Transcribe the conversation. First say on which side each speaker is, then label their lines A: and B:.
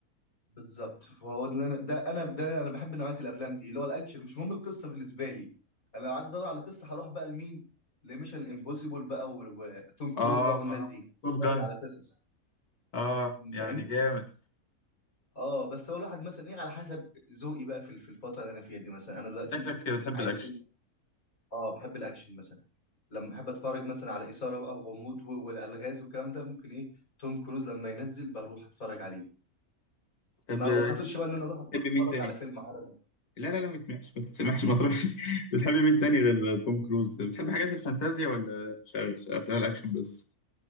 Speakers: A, on the left; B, on the left.
A: بالظبط فهو ده اللي انا ده انا ده انا بحب نوعيه الافلام دي اللي هو الاكشن مش مهم القصه بالنسبه لي انا لو عايز ادور على قصه هروح بقى لمين لميشن امبوسيبل بقى و- وتوم كروز
B: اه
A: بقى والناس
B: اه
A: دي اتفرج
B: توب جان
A: على قصص
B: اه يعني
A: فاهمني
B: جامد
A: اه بس هو الواحد مثلا ايه على حسب ذوقي بقى في في الفتره اللي انا فيها دي مثلا انا دلوقتي
B: شكلك بتحب
A: عايز
B: الاكشن
A: فيلم اه بحب الاكشن مثلا لما بحب اتفرج مثلا على اثاره بقى وغموض و- والالغاز والكلام ده ممكن ايه توم كروز لما ينزل بروح اتفرج عليه
B: طب
A: ما بخاطرش بقى ان انا اروح اتفرج
B: بتحب مين تاني؟
A: على فيلم عربي
B: لا لا لا ما تسمعش ما تسمعش ما تروحش <laughs> بتحب مين تاني غير توم كروز؟ بتحب حاجات الفانتازيا ولا شغال شغال اكشن بس؟